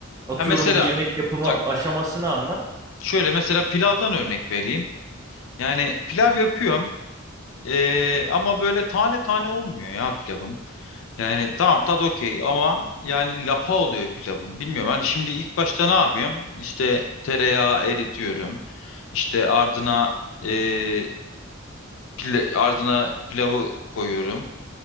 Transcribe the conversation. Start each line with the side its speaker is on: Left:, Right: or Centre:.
Right: atıyorum
Left: Ya mesela
Right: bir yemek yapımı
Left: bak
Right: aşamasını anlat.
Left: şöyle mesela pilavdan örnek vereyim. Yani pilav yapıyorum. E, ama böyle tane tane olmuyor ya pilavım. Yani tamam tadı okey ama yani lapa oluyor pilavım. Bilmiyorum hani şimdi ilk başta ne yapıyorum? İşte tereyağı eritiyorum. İşte ardına eee, pile- ardına pilavı koyuyorum.